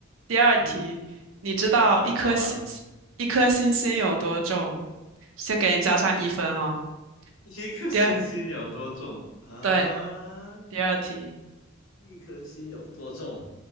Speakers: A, on the right; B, on the left.
A: 第二题，
B: 嗯
A: 你知道一颗星
B: 啊，好吧，
A: 一颗星星有多重？先给你加上一分哦。
B: 一颗星星有多重啊？
A: 第二，对，第二题。
B: 一颗星有多重？